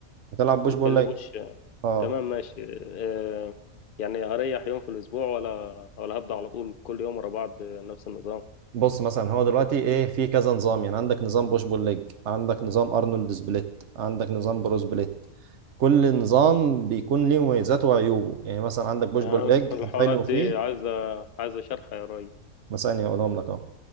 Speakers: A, on the right; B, on the left.
A: هتلعب بوش
B: قلت
A: بول
B: لي
A: ليج
B: بوش آه،
A: اه
B: تمام ماشي آه، يعني هريح يوم في الاسبوع ولا ولا هبدا على طول كل يوم ورا بعض آه، نفس النظام
A: بص مثلا هو دلوقتي ايه في كذا نظام يعني عندك نظام بوش بول ليج عندك نظام ارنولد سبليت عندك نظام برو سبليت كل نظام بيكون ليه مميزاته وعيوبه يعني مثلا عندك بوش
B: يعني
A: بول ليج
B: <laughs> الحوارات
A: الحلو
B: دي
A: فيه
B: عايزه عايزه شرح يا راجل
A: مثلا هقولهم لك اهو